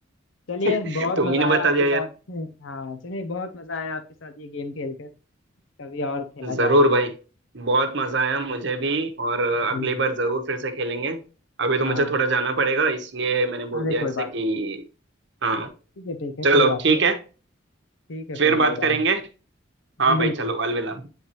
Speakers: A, on the left (about 75°); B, on the right (about 60°).
A: चलिए
B: <laughs>
A: बहुत
B: तुम
A: मजा
B: ही ने
A: आया
B: बता
A: आपके
B: दिया
A: साथ
B: यार।
A: हाँ चलिए बहुत मजा आया आपके साथ ये गेम खेलकर कभी और खेला
B: जरूर
A: जाएगा
B: भाई बहुत मजा आया मुझे भी और
A: जी
B: अगली बार जरूर फिर से खेलेंगे अभी
A: हाँ
B: तो मुझे
A: हाँ
B: थोड़ा जाना पड़ेगा इसलिए मैंने बोल
A: अरे
B: दिया
A: कोई
B: ऐसे
A: बात
B: कि
A: नहीं
B: हाँ
A: ठीक है ठीक है
B: चलो
A: कोई बात
B: ठीक
A: नहीं
B: है
A: ठीक है
B: फिर
A: फिर बाय
B: बात
A: बाय
B: करेंगे हाँ
A: जी
B: भाई
A: बिल्कुल
B: चलो अलविदा